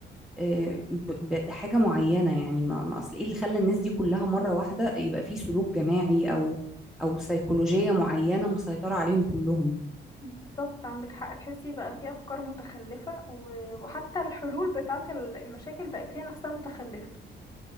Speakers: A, in the centre; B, on the left (about 20°).
A: آه، ب- ب- بحاجة معينة يعني ما ما أصل إيه اللي خلى الناس دي كلها مرة واحدة يبقى في سلوك جماعي أو أو سيكولوجية معينة مسيطرة عليهم كلهم
B: بالظبط عندك حق تحسي بقى في أفكار متخلفة و- وحتى الحلول بتاعة ال- المشاكل بقت هي نفسها متخلفة